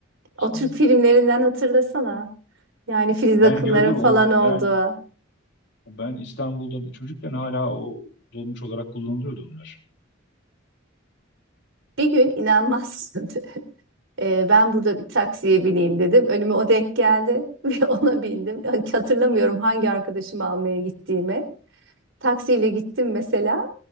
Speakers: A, on the left; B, on the right.
A: o
B: O
A: zamanlar.
B: Türk filmlerinden hatırlasana. Yani Filiz
A: Ben
B: Akınların
A: gördüm
B: falan
A: o ben
B: olduğu.
A: ben İstanbul'da çocukken hala o dolmuş olarak kullanılıyordu onlar.
B: Bir gün inanmazsın. <laughs> Ee, ben burada bir taksiye bineyim dedim. Önüme o denk geldi <laughs> ve ona bindim. Hatırlamıyorum hangi arkadaşımı almaya gittiğimi. Taksiyle gittim mesela.